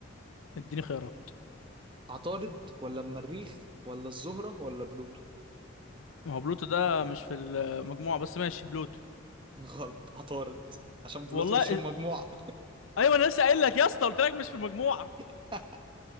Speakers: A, on the left; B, on the right.
A: اديني خيارات
B: عطارد ولا المريخ ولا الزهرة ولا بلوتو
A: ما هو بلوتو ده مش في المجموعة بس ماشي بلوتو
B: <laughs> غلط عطارد عشان بلوتو
A: والله
B: مش
A: إز-
B: في المجموعة
A: ايوه انا لسه قايل لك يا اسطى قلت لك مش في المجموعة
B: <laughs>